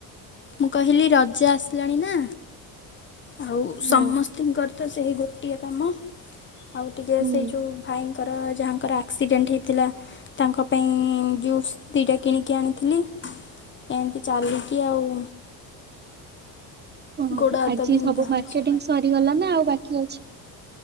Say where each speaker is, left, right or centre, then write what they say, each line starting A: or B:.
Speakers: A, on the left (about 30°); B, on the right (about 25°).
A: ମୁଁ କହିଲି ରଜ ଆସିଲାଣି ନା ଆଉ
B: ହଁ
A: ସମ ତିଙ୍କର ତ ସେହି ଗୋଟିଏ କାମ ଆଉ ଟିକେ
B: ହୁଁ।
A: ସେଇ ଯୋଉ ଭାଇଙ୍କର ଯାହାଙ୍କର ଆକ୍ସିଡେଣ୍ଟ ହେଇଥିଲା ତାଙ୍କ ପାଇଁ ଜୁସ୍ ଦି ଟା କିଣିକି ଆଣିଥିଲି। ଏମିତି ଚାଲିକି ଆଉ।
B: ହଁ
A: ଗୋଡ଼ ହାତ
B: ଆଜି
A: ବିନ୍ଧା
B: ସବୁ
A: ହେଉଛି।
B: ମାର୍କେଟିଂ ସରିଗଲା ନା ଆଉ ବାକି ଅଛି?